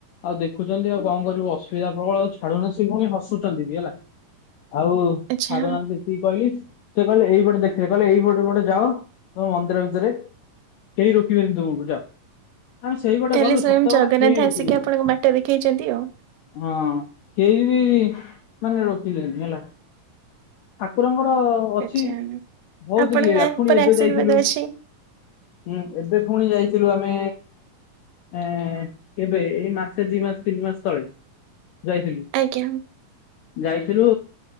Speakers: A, on the left; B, on the right.
A: ଆଉ ଦେଖୁଚନ୍ତି ଆଉ କଁ କରିବୁ ଅସୁବିଧା ପ୍ରବଳ ଆଉ ଛାଡୁନାହା ସଏ ଫୁଣି ହସୁଚନ୍ତି ବି ହେଲା ଆଉ
B: ଆଚ୍ଛା।
A: ଛାଡୁନାହାନ୍ତି। ତି କହିଲି ସେ କହିଲେ ଏଇପଟେ ଦେଖେ କହିଲେ ଏଇପଟ ପଟେ ଯାଉ ତମେ ମନ୍ଦିର ଭିତରେ କେହି ରୋକିବେନି ତୁମକୁ ଯାଅ। ଆମେ ସେଇପଟେ
B: ତାହେଲେ
A: ଗଲୁ
B: ସ୍ଵୟଂ
A: ସତ
B: ଜଗନ୍ନାଥ
A: କଥା କେହି ରୋକିଲେନି
B: ଆସିକି ଆପଣଙ୍କୁ ବାଟ ଦେଖେଇଛନ୍ତି ଆଉ।
A: ହଁ। କେହି ବି ମାନେ ରୋକିଲେନି ହେଲା ଠାକୁରଙ୍କର ଅଛି
B: ଆଚ୍ଛା
A: ବୋହୁତୁ
B: ଆପଣଙ୍କ
A: ଲୀଳା ଫୁଣି
B: ଉପରେ
A: ଏବେ
B: ଆଶୀର୍ବାଦ
A: ଯାଇଥିଲୁ।
B: ଅଛି
A: ହୁଁ ଏବେ ଫୁଣି ଯାଇଥିଲୁ ଆମେ ଏଁ କେବେ ଏଇ ମାସେ ଦି ମାସ ତିନି ମାସ ତଳେ ଯାଇଥିଲି।
B: ଆଜ୍ଞା।
A: ଯାଇଥିଲୁ